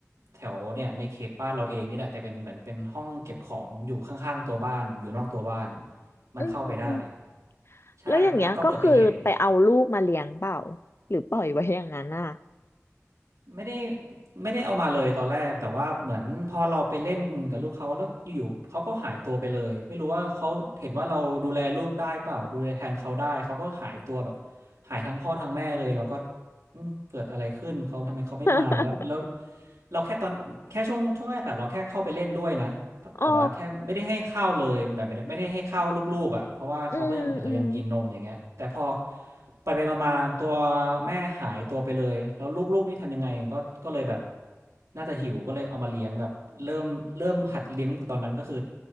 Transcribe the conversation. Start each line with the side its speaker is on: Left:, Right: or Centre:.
Right: แถวเนี่ยในเขตบ้านเราเองนี่แหละแต่เป็นเหมือนเป็นห้องเก็บของอยู่ข้างๆตัวบ้านอยู่นอกตัวบ้านมันเข้าไปได้
Left: อืม
Right: ใช่แล้วก็เปิดไปเห็น
Left: แล้วอย่างเงี้ยก็คือไปเอาลูกมาเลี้ยงเปล่าหรือปล่อยไว้อย่างนั้นอ่ะ
Right: ไม่ได้ไม่ได้เอามาเลยตอนแรกแต่ว่าเหมือนพอเราไปเล่นกับลูกเขาแล้วอยู่ๆเขาก็หายตัวไปเลยไม่รู้ว่าเขาเห็นว่าเราดูแลลูกได้เปล่าดูแลแทนเขาได้เขาก็หายตัวแบบหายทั้งพ่อทั้งแม่เลยเราก็อืมเกิดอะไรขึ้นเขาทำไมเขาไม่มาแล้วแล้ว
Left: <laughs>
Right: เราแค่ตอนแค่ช่วงช่วงแรกอะเราแค่เข้าไปเล่นด้วยนะ
Left: อ๋อ
Right: แต่ว่าแค่ไม่ได้ให้ข้าวเลยแบบไม่ได้ไม่ได้ให้ข้าวลูกๆอ่ะเพราะว่าเขาก็ยังอาจจะยังกินนมอย่างเงี้ยแต่พอ
Left: อืมอืม
Right: ไปไปมาๆตัวแม่หายตัวไปเลยแล้วลูกๆนี่ทำยังไงก็ก็เลยแบบน่าจะหิวก็เลยเอามาเลี้ยงแบบเริ่มเริ่มหัดเลี้ยงแต่ตอนนั้นก็คือ